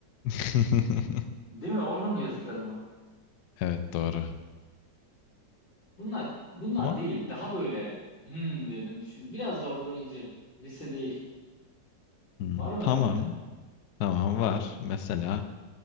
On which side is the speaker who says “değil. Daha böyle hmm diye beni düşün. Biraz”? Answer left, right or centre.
Left